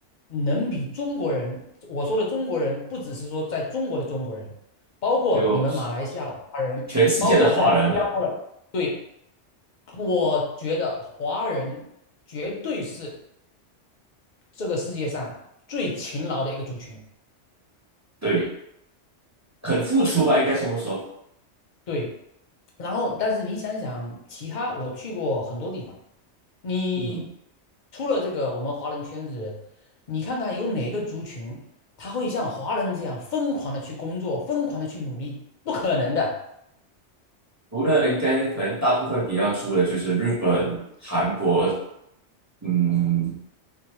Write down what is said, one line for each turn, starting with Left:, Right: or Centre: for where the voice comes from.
Left: 能比中国人，我说的中国人，不只是说在中国的中国人，包括你们马来西亚的华人，
Right: 有全世界的华人了、
Left: 包括在新加坡的，对。我觉得华人绝对是这个世界上最勤劳的一个族群。
Right: 对，肯付出吧，应该这么说。
Left: 对，然后但是你想想，其他我去过很多地方，你
Right: 嗯。
Left: 除了这个我们华人圈子，你看看有哪个族群他会像华人这样疯狂的去工作，疯狂的去努力？不可能的。
Right: 除了应该可能大部分比较出的就是日本、韩国，嗯，